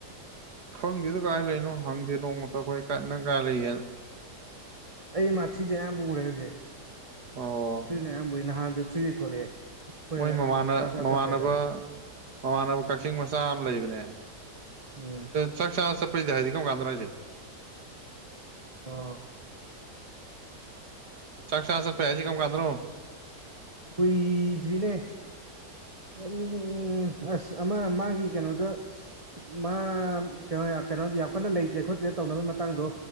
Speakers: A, on the right; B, on the right.
A: ꯈꯪꯗꯦꯗ ꯀꯥꯏ ꯂꯩꯔꯤꯅꯣ ꯍꯪꯗꯦ ꯅꯣꯡꯃꯇ ꯑꯩꯈꯣꯏ ꯀꯥꯏ ꯅꯪ ꯀꯥꯏ ꯂꯩꯒꯦꯅ
B: ꯑꯩ ꯃꯥ ꯊ꯭ꯔꯤꯗꯤ ꯑꯌꯥꯝꯕ ꯎꯔꯦ ꯍꯧꯖꯤꯛ
A: ꯑꯣ
B: ꯊ꯭ꯔꯤꯅ ꯑꯌꯥꯝꯕꯩꯏ ꯎꯏ ꯊ꯭ꯔꯤꯗꯩ ꯊꯣꯛꯂꯛꯑꯦ ꯑꯩꯈꯣꯏꯅ
A: ꯃꯣꯏ ꯃꯃꯥꯟꯅ
B: ꯆꯥꯛ ꯆꯥ
A: ꯃꯃꯥꯟꯅꯕ
B: ꯆꯠꯄꯩꯗ
A: ꯃꯃꯥꯟꯅꯕ ꯀꯛꯆꯤꯡ ꯃꯆꯥ ꯑꯃ ꯂꯩꯕꯅꯦ
B: ꯎꯝ
A: ꯆꯥꯛ ꯆꯥ ꯆꯠꯄꯩꯗꯥ ꯍꯥꯏꯗꯤ ꯀꯔꯝ ꯀꯥꯟꯗꯅꯣ ꯍꯥꯏꯁꯦ
B: ꯑꯣ
A: ꯆꯥꯛ ꯆꯥ ꯆꯠꯄꯩ ꯍꯥꯏꯁꯤ ꯀꯔꯝ ꯀꯥꯟꯗꯅꯣ
B: ꯀꯨꯏꯗ꯭ꯔꯤꯅꯦ ꯎꯝ ꯎꯝ ꯑꯁ ꯑꯃ ꯃꯥꯒꯤ ꯀꯩꯅꯣꯗ ꯃꯥ ꯀꯩꯅꯣ ꯀꯩꯅꯣ ꯌꯥꯝ ꯀꯟꯅ ꯂꯩꯇ꯭ꯔꯦ ꯈꯣꯠꯇ꯭ꯔꯦ ꯇꯧꯅꯕꯩ ꯃꯇꯥꯡꯗꯣ